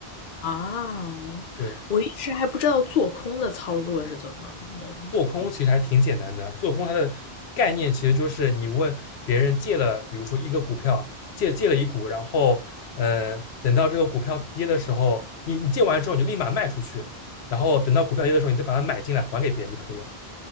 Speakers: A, on the left (about 55°); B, on the left (about 85°).
A: 啊，
B: 对。
A: 我一直还不知道做空的操作是怎么弄的。
B: 做空其实还是挺简单的。做空它的概念其实就是你问别人借了，比如说一个股票，借借了一股，然后呃，等到这个股票跌的时候，你你借完之后你就立马卖出去，然后等到股票跌的时候，你再把它买进来还给别人就可以了。